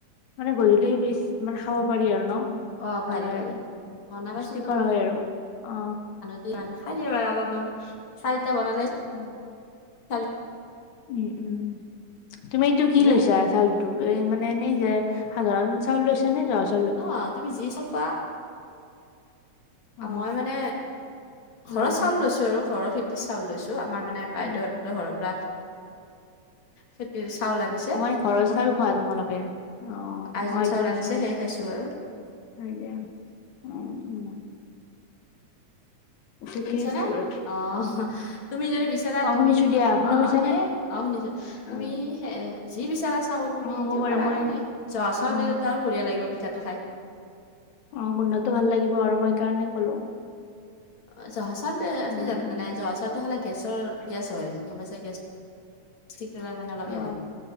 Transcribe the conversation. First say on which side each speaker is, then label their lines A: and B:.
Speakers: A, on the left; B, on the left.
A: মানে গধূলি বিচ, মানে খাব পাৰি আৰু ন?
B: অ
A: ভাল
B: পাৰি
A: হয়
B: পাৰি
A: আৰু
B: বনাবাচোন
A: পুষ্টিকৰ হয় আৰু। অ,
B: কি আৰু খাই ল'লো অলপমান, চাৰিটা বনালে
A: অ,
B: চাৰি
A: উম, উম, তুমি এইটো কি
B: হয়নে
A: লৈছা, চাউল টো, এই মানে এই যে সাধাৰণ চাউল লৈছা নে, জহা চাউ
B: অ, তুমি যি চাউল খোৱা।
A: অ
B: মই মানে ঘৰৰ
A: ললো
B: চাউল লৈছো আৰু, ঘৰৰ খে খেতি চাউল লৈছো। আমাৰ মানে বাইদেউহঁতৰ
A: অ
B: ঘৰৰ পৰা, খেতি চাউল আনি
A: অ, মানে ঘৰৰ চাউল খোৱা তোমালোকে, অ,
B: আইজোং
A: আইজুং
B: আনিছে
A: চাউল। হয়
B: সেই খাইছো আৰু
A: দিয়া অ, উম ঠিকে
B: শুনিছ
A: আছে
B: নে,
A: বাৰু
B: অ, তুমি যদি বিচাৰা
A: অ
B: তুমি
A: শুনিছো দিয়া শুনা
B: অ,
A: পাইছানে?
B: সেই অ, শুনিছো, তুমি
A: অ
B: যি বিচাৰা। চা চাউল তুমি
A: অ হ'ব
B: দিব
A: বাৰু
B: পাৰা
A: মই
B: একো নাই, জহা চাউল
A: অ
B: দিলেটো আৰু বঢ়িয় লাগিব পিঠাটো খাই।
A: অ, গোন্ধটো ভাল লাগিব আৰু মই সেই কাৰণে ক'লো।
B: অ, জহা চাউলটো
A: উম
B: কি জানা
A: উম
B: নাই, চাউল টো খালে গেছৰ গেছ হয় গ'ম পাইছ গে টি, <inaudible>
A: অ
B: হয়।